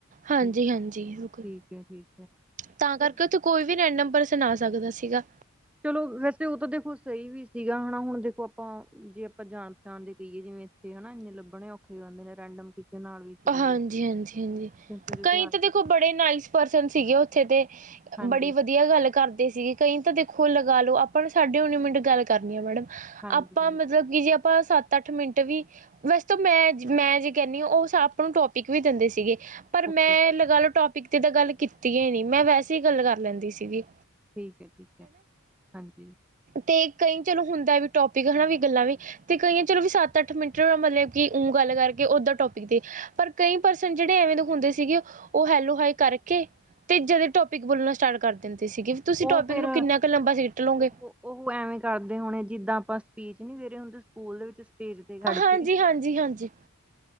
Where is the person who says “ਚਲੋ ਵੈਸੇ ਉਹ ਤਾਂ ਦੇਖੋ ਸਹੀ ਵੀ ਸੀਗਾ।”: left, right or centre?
Centre